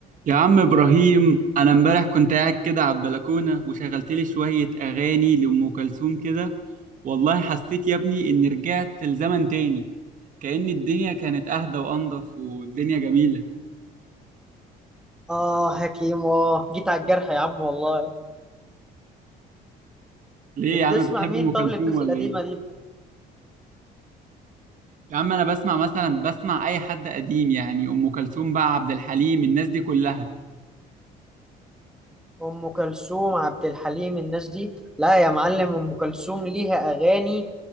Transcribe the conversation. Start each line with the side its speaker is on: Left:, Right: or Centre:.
Right: يا عم إبراهيم أنا إمبارح كنت قاعد كده على البلكونة وشغلت لي شوية أغاني لأم كلثوم كده والله حسيت يا ابني إني رجعت لزمن تاني كأن الدنيا كانت أهدى وأنضف والدنيا جميلة
Centre: اه حكيم اه جيت على الجرح يا عم والله
Right: ليه
Centre: بتسمع
Right: يا عم بتحب
Centre: مين
Right: أم
Centre: طب
Right: كلثوم
Centre: للناس
Right: ولا
Centre: القديمة
Right: إيه؟
Centre: دي
Right: يا عم أنا بسمع مثلا بسمع أي حد قديم يعني أم كلثوم بقى عبد الحليم الناس دي كلها
Centre: ام كلثوم عبد الحليم الناس دي لا يا معلم ام كلثوم ليها اغاني